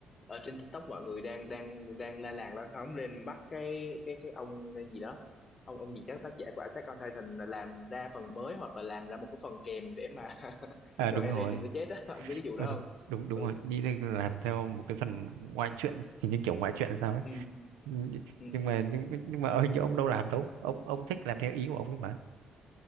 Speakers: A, on the left; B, on the right.
A: ở trên TikTok mọi người đang đang đang la làng la xóm lên bắt cái cái cái ông gì đó ông ông gì chắc tác giả của Attack on Titan là làm ra phần mới hoặc là làm ra một cái phần kèm để mà <laughs>
B: à
A: cho
B: đúng
A: Eren
B: rồi
A: đừng có chết á ông biết cái vụ
B: ừ,
A: đó
B: đúng,
A: không
B: đúng đúng
A: ừ
B: rồi nghĩ là làm theo một cái phần ngoại truyện thì những kiểu ngoại truyện là sao ấy
A: ừ
B: Nh-
A: ừ
B: nhưng mà nhưng, nhưng mà hình như ông đâu làm đâu ông ông thích làm theo ý của ông ấy mà